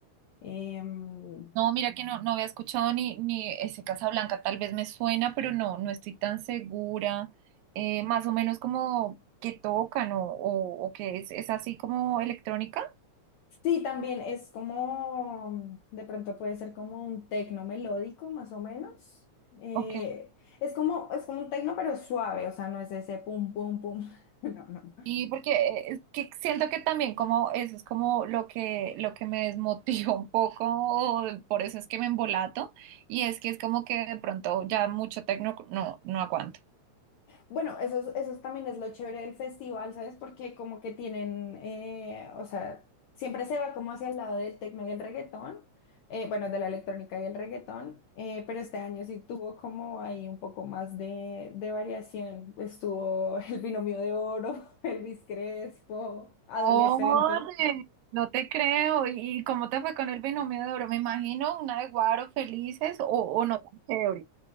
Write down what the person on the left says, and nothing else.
Em,
sí, también es como, de pronto puede ser como un tecno melódico, más o menos. Eh,
es como, es como un tecno, pero suave, o sea, no es ese pum, pum, pum, <laughs> no, no.
Bueno, eso, es- eso es- también es lo chévere del festival, ¿sabes? Porque como que tienen, eh, o sea, siempre se va como hacia el lado del tecno y el reggaetón, eh, bueno, de la electrónica y el reggaetón, eh, pero este año sí tuvo como ahí un poco más de, de variación. Estuvo <laughs> el binomio de oro, <laughs> Elvis Crespo, adolescentes.